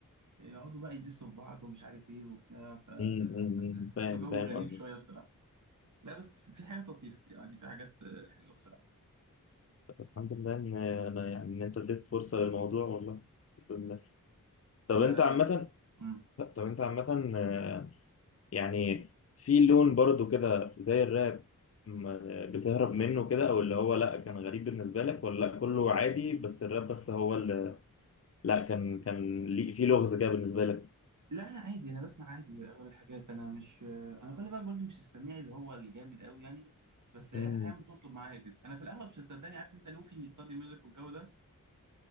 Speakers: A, on the right (about 60°); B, on the left (about 45°).
A: يقعدوا بقى يدسوا في بعض ومش عارف ايه وبتاع فحسيته
B: أمم، أمم، أمم، <laughs> فاهم
A: جو
B: فاهم
A: غريب
B: قصدي
A: شويه بصراحه لا بس في حاجات لطيفه يعني في حاجات آه، حلوه بصراحه
B: الحمد لله ان انا يعني ان انت اديت فرصه للموضوع والله الحمد لله طب
A: لا
B: انت
A: لا
B: عامه
A: لذيذ مم.
B: طب انت عامه آه، يعني في لون برضو كده زي الراب م- بتهرب منه كده او اللي هو لا كان غريب بالنسبه لك ولا لا كله عادي بس الراب بس هو اللي لا كان كان ليه في لغز كده بالنسبه لك
A: لا انا عادي انا بسمع عادي اغلب الحاجات انا مش آه، انا خلي بالك برضه مش السميع اللي هو الجامد قوي يعني بس احيانا
B: مم،
A: بتطلب معايا كده انا في الاغلب صدقني عارف انت لوفي ستادي ميوزك والجو ده